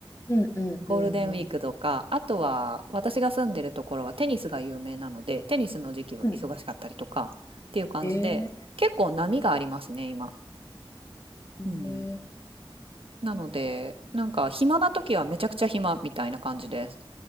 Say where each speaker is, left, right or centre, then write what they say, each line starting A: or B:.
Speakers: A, on the left (about 35°); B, on the right (about 75°).
A: うんうんうんうん。
B: ゴールデンウィークとかあとは私が住んでるところはテニスが有名なのでテニスの時期は忙しかったりとかっていう感じで結構波がありますね今。
A: うん。へえ。ね
B: うん、なのでなんか暇な時はめちゃくちゃ暇みたいな感じです。